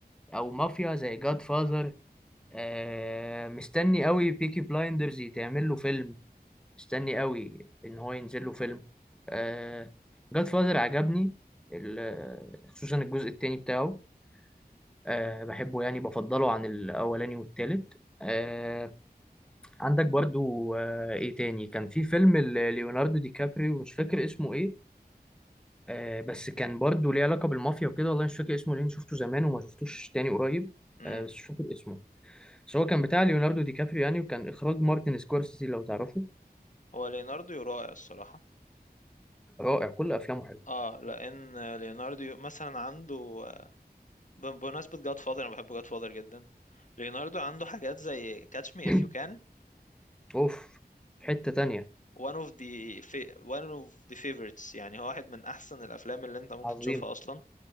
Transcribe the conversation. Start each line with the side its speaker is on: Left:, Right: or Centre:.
Centre: او مافيا زي جاد فاذر آه مستني قوي بيكي بلايندرز يتعمل له فيلم مستني قوي ان هو ينزل له فيلم آه جاد فاذر عجبني ال- خصوصا الجزء التاني بتاعه آه بحبه يعني بفضله عن الاولاني والتالت آه عندك برضو آه ايه تاني كان في فيلم ل- ليوناردو دي كابريو مش فاكر اسمه ايه آه بس كان برضو ليه علاقة بالمافيا وكده والله مش فاكر اسمه لان شفته زمان وما شفتوش تاني قريب
Left: مم.
Centre: آه بس مش فاكر اسمه بس هو كان بتاع ليوناردو دي كابريو يعني وكان اخراج مارتن سكورسيزي لو تعرفه
Left: هو ليناردو رائع الصراحة
Centre: رائع كل افلامه
Left: اه لان ليوناردو مثلا عنده ب- بمناسبه جاد فاذر انا بحب جاد فاذر جدا ليوناردو عنده حاجات زي كاتش مي
Centre: حلوه
Left: اف يو كان
Centre: اوف في حتة تانية
Left: one of the fa- one of the favorites يعني هو واحد من احسن الافلام اللي انت ممكن
Centre: عظيم
Left: تشوفها اصلا